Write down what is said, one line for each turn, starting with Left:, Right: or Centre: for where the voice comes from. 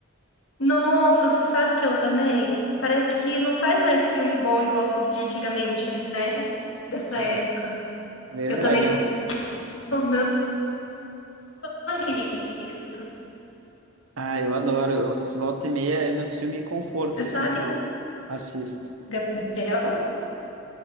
Left: Nossa, você sabe que eu também? Parece que não faz mais filme bom igual os de antigamente, né? Dessa
Right: É
Left: época.
Right: Verdade,
Left: Eu também
Right: eu,
Left: são os meus favoritos.
Right: Ah, eu adoro. Eu, volta e meia é meus filmes conforto,
Left: Você
Right: assim,
Left: sabe,
Right: que eu assisto.
Left: Gabriel?